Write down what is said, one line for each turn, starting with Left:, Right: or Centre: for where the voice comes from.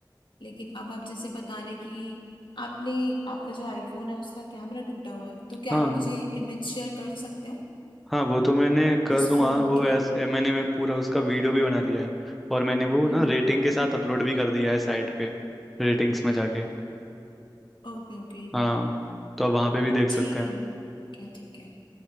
Left: लेकिन अब आप जैसे बता रहे कि आपने आपका जो आईफोन है उसका कैमरा टूटा हुआ है तो क्या
Centre: हाँ
Left: आप मुझे इमेज शेयर कर सकते हैं
Centre: हाँ वो तो मैंने कर
Left: उस
Centre: दूंगा
Left: फोन
Centre: वो
Left: की
Centre: एस, ए, मैंने मैं पूरा उसका वीडियो भी बना लिया है और मैंने वो
Left: हम्म
Centre: ना रेटिंग के साथ अपलोड भी कर दिया है साइट पे रेटिंग्स में जाके
Left: Okay okay
Centre: हाँ तो आप वहाँ पे भी देख
Left: ठीक
Centre: सकते हैं
Left: है ठीक है ठीक है